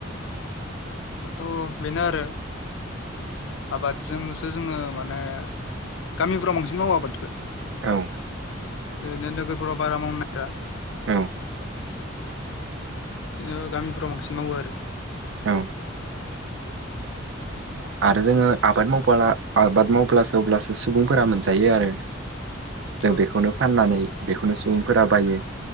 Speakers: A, on the left; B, on the right.
A: दाथ बेनो आरो आबादजोंसो जोङो माने गामिफ्राव बांसिन मावो आबादखौ
B: औ
A: ओरैनो नोगोरफोराव बारा मावनो नागिरा
B: औ
A: बिदिनो गामिफोराव बांसिन मावो आरो
B: औ आरो जोङो आबाद मावबाला आबाद मावब्लासो अब्लासो सुबुंफोरा मोनजायो आरो जों
A: औ
B: बेखौनो फाननानै बेखौनो सुबुंफोरा बायो